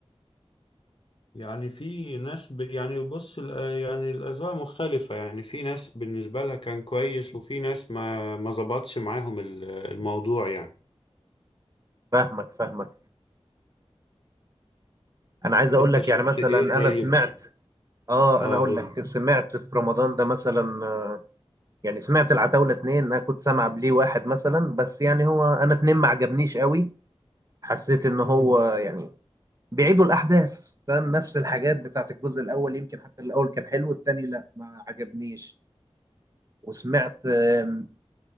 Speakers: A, on the left (about 55°); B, on the right (about 35°).
A: يعني في ناس ب... يعني بص ال- يعني الأذواق مختلفة يعني في ناس بالنسبة لها كان كويس وفي ناس ما ما ظبطش معاهم ال- الموضوع يعني
B: فاهمك فاهمك انا عايز اقول
A: انت
B: لك
A: شفت
B: يعني مثلا
A: ايه
B: انا
A: طيب
B: سمعت اه
A: اه
B: انا اقول
A: قول
B: لك سمعت في رمضان ده مثلا آه، يعني سمعت العتاوله اتنين انا كنت سامع بليه واحد مثلا بس يعني هو انا اتنين ما عجبنيش قوي حسيت ان هو
A: مم.
B: يعني بيعيدوا الاحداث فاهم نفس الحاجات بتاعت الجزء الاول يمكن حتى الاول كان حلو التاني لا ما عجبنيش وسمعت آم،